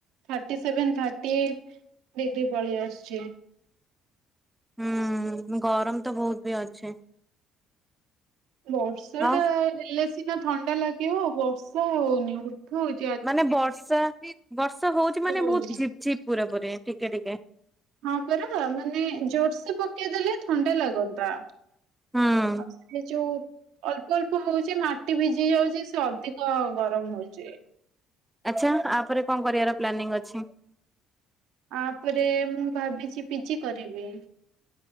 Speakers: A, on the right; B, in the centre.
A: Thirty seven thirty eight degree ପଳେଇ ଆସୁଛି।
B: ହୁଁ ଗରମ ତ ବହୁତ ବି ଅଛେ।
A: ବର୍ଷା
B: ଆଉ
A: ଟା ହେଲେ ସିନା ଥଣ୍ଡା ଲାଗିବ ବର୍ଷା ହଉନି ଉଠାଉଛି।
B: ମାନେ ବର୍ଷା ବର୍ଷା ହଉଛି
A: କିନ୍ତୁ
B: ମାନେ
A: ହଉନି।
B: ବହୁତ ଝିପ ଝିପ ପୁରା ପୁରି ଟିକେ ଟିକେ।
A: ହଁ ପରା ମାନେ ଜୋରସ ପକେଇଦେଲେ ଥଣ୍ଡା ଲାଗନ୍ତା
B: ହୁଁ
A: ଆଉ ସେ ଯୋଉ ଅଳ୍ପ ଅଳ୍ପ ହଉଛି ମାଟି ଭିଜି ଯାଉଛି ସେ ଅଧିକ ଗରମ ହଉଛି।
B: ଆଚ୍ଛା ଆପରେ କଣ କରିବାର ପ୍ଲାନିଂ ଅଛି?
A: ଆପରେ ମୁଁ ଭାବିଛି ପିଜି କରିବି।